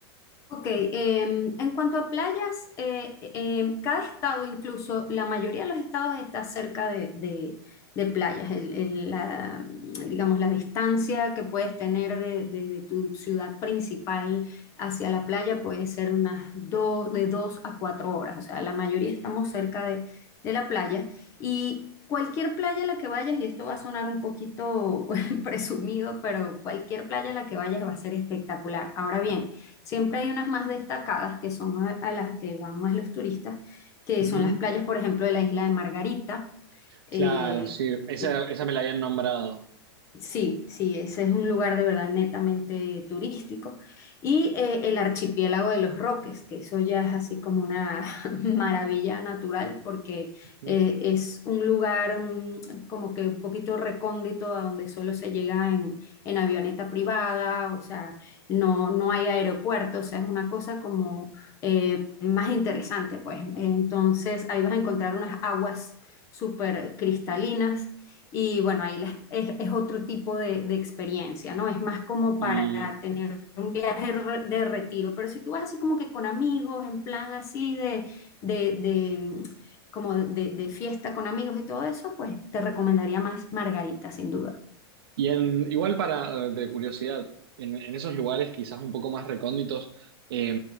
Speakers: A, on the left (about 20°); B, on the right (about 60°).
A: Ok, em, en cuanto a playas, eh, em, cada estado, incluso la mayoría de los estados está cerca de, de- de playas. El- el- la, digamos, la distancia que puedes tener de, de- de tu ciudad principal hacia la playa puede ser unas dos, de dos a cuatro horas. O sea, la mayoría estamos cerca de, de la playa. Y cualquier playa a la que vayas, y esto va a sonar un poquito <laughs> presumido, pero cualquier playa a la que vayas va a ser espectacular. Ahora bien, Siempre hay unas más destacadas que son a, a las que van más los turistas, que
B: Ujú.
A: son las playas, por ejemplo, de la isla de Margarita, eh,
B: Claro, sí, esa,
A: que,
B: esa me la habían nombrado.
A: Sí, sí, ese es un lugar de verdad netamente turístico. Y eh, el archipiélago de los Roques, que eso ya es así como una <laughs> maravilla natural, porque
B: Ujú.
A: eh, es un lugar mm, como que un poquito recóndito a donde solo se llega en, en avioneta privada, o sea, no, no hay aeropuerto, o sea, es una cosa como eh, más interesante, pues. Entonces ahí vas a encontrar unas aguas súper cristalinas y bueno, ahí las- es, es otro tipo de, de experiencia, ¿no? Es más como
B: Y,
A: para tener un viaje re- de retiro, pero si tú vas así como que con amigos, en plan así de, de, de, mm, como de, de fiesta con amigos y todo eso, pues te recomendaría más Margarita, sin duda.
B: y en, igual para, eh, de curiosidad, en, en esos lugares quizás un poco más recónditos, eh,